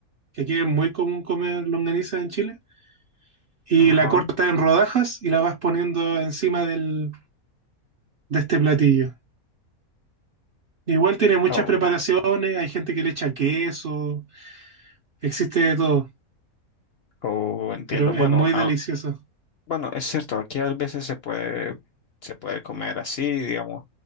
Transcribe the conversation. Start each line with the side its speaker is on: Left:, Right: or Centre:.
Right: que aquí es muy común comer longaniza en Chile, y
Left: ajá.
Right: la cortas en rodajas y la vas poniendo encima del, de este platillo. Igual tiene muchas
Left: Oh,
Right: preparaciones, hay gente que le echa queso existe de todo,
Left: oh, entiendo.
Right: pero
Left: Bueno,
Right: es muy
Left: ah,
Right: delicioso.
Left: bueno, es cierto, aquí a veces se puede, se puede comer así, digamos.